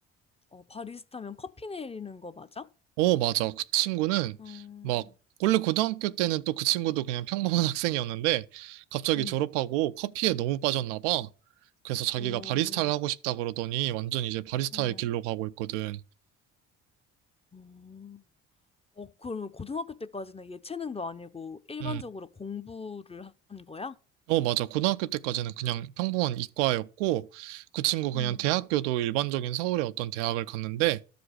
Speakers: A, on the left (about 15°); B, on the right (about 80°).
A: 어, 바리스타면 커피 내리는 거 맞아?
B: 어, 맞아. 그 친구는
A: 음,
B: 막, 원래 고등학교 때는 또 그 친구도 그냥 평범한 <laughs> 학생이었는데, 갑자기
A: 음,
B: 졸업하고 커피에 너무 빠졌나 봐. 그래서 자기가
A: 어,
B: 바리스타를 하고 싶다 그러더니 완전 이제 바리스타의
A: 어,
B: 길로 가고 있거든.
A: 음. 어, 그러면 고등학교 때까지는 예체능도 아니고 일반적으로
B: 음.
A: 공부를 한 거야?
B: 어, 맞아. 고등학교 때까지는 그냥 평범한 이과였고, 그 친구 그냥
A: 음,
B: 대학교도 일반적인 서울의 어떤 대학을 갔는데,